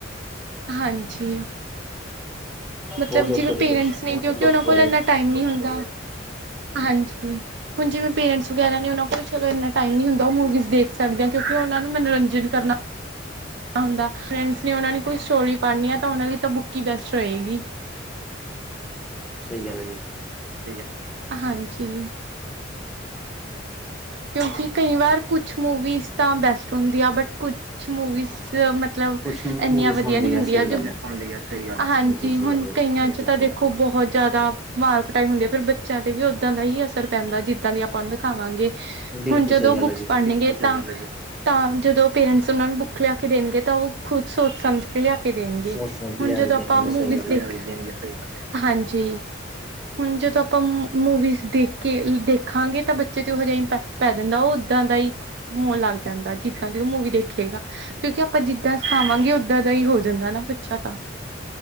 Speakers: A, on the right (about 60°); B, in the centre.
A: ਹਾਂਜੀ। ਮਤਲਬ
B: ਹੋਰ ਦੱਸੋ
A: ਜਿਵੇਂ
B: ਜੀ
A: ਪੇਰੈਂਟਸ
B: ਕੁਛ
A: ਨੇ ਕਿਉਂਕਿ
B: ਬੁੱਕਸ
A: ਓਨਾਂ ਕੋਲ
B: ਬਾਰੇ
A: ਏਨਾ ਟਾਈਮ ਨੀ ਹੁੰਦਾ, ਹਾਂਜੀ। ਹੁਣ ਜਿਵੇਂ ਪੇਰੈਂਟਸ ਵਗੈਰਾ ਓਨਾਂ ਕੋਲ ਚੱਲੋ ਏਨਾ ਟਾਈਮ ਨੀ ਹੁੰਦਾ ਓਹ ਮੂਵੀਜ਼ਸ ਦੇਖ ਸਕਦੇ ਆ। ਕਿਉਂਕਿ ਓਨਾਂ ਨੂੰ ਮਨੋਰੰਜਨ ਕਰਨਾ ਹੁੰਦਾ ਫਰੈਂਡਸ ਨੇ ਓਨਾਂ ਨੇ ਕੋਈ ਸਟੋਰੀ ਪੜ੍ਹਨੀ ਆ ਤਾਂ ਓਨਾਂ ਲਈ ਤਾਂ ਬੁੱਕ ਈ ਬੈਸਟ ਰਏਗੀ।
B: ਸਈ ਗੱਲ ਏ ਜੀ।
A: ਠੀਕ ਐ, ਹਾਂਜੀ। ਕਿਉਂਕਿ ਕਈ ਵਾਰ ਕੁਛ ਮੂਵੀਜ਼ਸ ਤਾਂ ਬੈਸਟ ਹੁੰਦੀ ਆ ਬਟ ਕੁਛ ਮੂਵੀਜ਼ਸ ਚ ਮਤ ਮਤਲਬ
B: ਕੁਛ ਮੂਵੀਜ਼
A: ਏਨੀਆਂ ਵਧੀਆ
B: ਹੁੰਦੀ
A: ਨੀ
B: ਆ
A: ਹੁੰਦੀਆਂ
B: ਸਹੀ
A: <unintelligible>
B: ਗੱਲ ਹੈ
A: ਹਾਂਜੀ
B: ਬਿਲਕੁਲ ਸਹੀ
A: ਹੁਣ
B: ਗੱਲ ਹੈ
A: ਕਈਆਂ ਚ ਤਾਂ ਦੇਖੋ ਖੁੱਦ ਬੋਤ ਜਾਦਾ ਮਾਰ ਕਟਾਈ ਹੁੰਦੀ ਐ ਫੇਰ ਬੱਚਿਆਂ ਤੇ ਵੀ ਓਦਾਂ ਦਾ ਈ ਅਸਰ ਪੈਂਦਾ ਜਿੱਦਾਂ ਦੀ ਓਨੂੰ ਦਿਖਾਵਾਂਗੇ।
B: ਬਿਲਕੁਲ
A: ਹੁਣ ਜਦੋਂ
B: ਸਹੀ ਗੱਲ
A: ਬੁੱਕਸ
B: ਹੈ ਜੀ
A: ਪੜ੍ਹਨਗੇ ਤਾਂ ਤਾਂ ਜਦੋਂ ਪੇਰੈਂਟਸ ਓਨਾਂ ਨੂੰ ਬੁੱਕ ਲਿਆ ਕੇ ਦੇਣਗੇ ਤਾਂ ਓਹ ਖੁਦ ਸੋਚ ਸਮਝ ਕੇ ਲਿਆ ਕੇ ਦੇਣਗੇ
B: ਸੋਚ ਸਮਝ ਕੇ
A: ਹੁਣ
B: ਲਿਆ
A: ਜਦੋਂ
B: ਦੇਣਗੇ
A: ਆਪਾਂ ਮੂਵੀਜਸ
B: ਸਹੀ ਗੱਲ
A: ਦੇਖ
B: ਆ
A: <unintelligible> ਹਾਂਜੀ। ਹੁਣ ਜਦੋਂ ਮੂਵੀਜਸ ਦੇਖ ਕੇ ਦੇਖਾਗੇ ਤਾਂ ਬੱਚੇ ਤੇ ਓਹੀ ‌ਏਕਟ ਪੈ ਜਾਂਦਾ ਓ ਓਦਾ ਦੀ ਈ ਹੋਣ ਲੱਗ ਜਾਂਦਾ ਜਿੱਦਾਂ ਦੀ ਓ ਮੂਵੀ ਦੇਖੇਗਾ ਤਾਂ ਕਿਉਂਕਿ ਆਪਾਂ ਜਿੱਦਾਂ ਸਿਖਾਵਾਂਗੇ ਓਦਾਂ ਦਾ ਈ ਹੋ ਜਾਂਦਾ ਨਾ ਬੱਚਾ ਤਾਂ